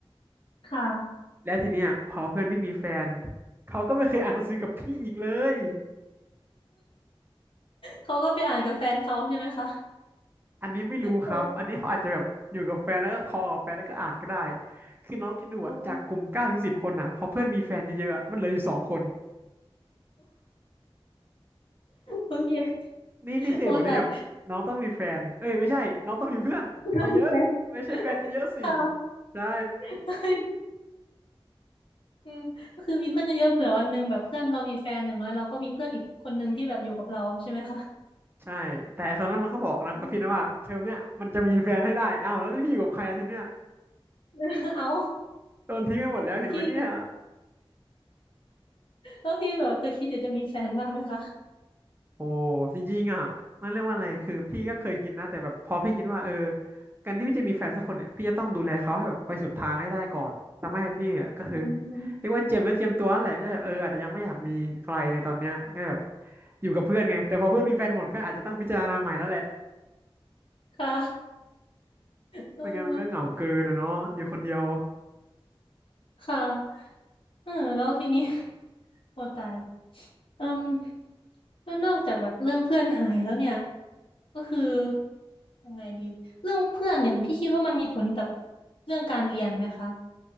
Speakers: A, on the left; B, on the right.
A: ค่ะ
B: แล้วทีเนี้ยพอเพื่อนพี่มีแฟนเขาก็ไม่เคยอ่านหนังสือกับพี่อีกเลย
A: เขาก็ไปอ่านกับแฟนเขาใช่ไหมคะ
B: อันนี้ไม่รู้ครับ
A: โอ้
B: อันนี้เขาอาจจะแบบอยู่กับแฟนแล้วก็คอลกับแฟนแล้วก็อ่านก็ได้คือน้องคิดดูอะจากกลุ่มเก้าถึงสิบคนอะพอเพื่อนมีแฟนเยอะๆอะมันเหลืออยู่สองคน
A: โอ้โอเค
B: นี่นี่คือเหตุผลที่แบบน้องต้องมีแฟนเอ้ยไม่ใช่น้องต้องมีเพื่อนเยอะๆไม่ใช่แฟนเยอะๆสิ
A: โอ้ตายเรามีแฟนค่ะ
B: ใช่
A: <laughs> อืมก็คือมีเพื่อนเยอะๆเผื่อวันหนึ่งแบบเพื่อนเรามีแฟนอย่างน้อยเราก็มีเพื่อนอีกคนหนึ่งที่แบบอยู่กับเราใช่ไหมคะ
B: ใช่แต่ไอ้คนนั้นมันก็บอกนะกับพี่นะว่าเทอมเนี้ยมันจะมีแฟนให้ได้อ้าวแล้วที่พี่อยู่กับใครอาทีเนี้ย
A: อืม <laughs> เอา
B: โดนทิ้งไปหมดแล้วเห็นไหมเนี่ย
A: พี่แล้วพี่แบบเคยคิดอยากจะมีแฟนบ้างไหมคะ
B: โอ้จริงๆอ่ะนั่นเรียกว่าอะไรคือพี่ก็เคยคิดนะแต่แบบพอพี่คิดว่าเออการที่พี่จะมีแฟนสักคนเนี่ยพี่จะต้องดูแลเขาให้แบบไปสุดทางให้ได้ก่อนทำให้พี่อ่ะก็คือ
A: อืม
B: เรียกว่าเจียมแล้วเจียมตัวนั่นแหละก็เลยเอออาจจะยังไม่อยากมีใครในตอนเนี้ยก็เลยแบบอยู่กับเพื่อนไงแต่พอเพื่อนมีแฟนหมดก็อาจจะต้องพิจารณาใหม่แล้วแหละ
A: ค่ะเออ
B: ไม่งั้นมันก็เหงาเกินนะเนาะอยู่คนเดียว
A: ค่ะ เออแล้วทีนี้ <laughs> โอตายเอิ่มแล้วนอกจากแบบเรื่องเพื่อนหายแล้วเนี่ยก็คือยังไงดีเรื่องเพื่อนเนี่ยพี่คิดว่ามันมีผลกับเรื่องการเรียนไหมคะ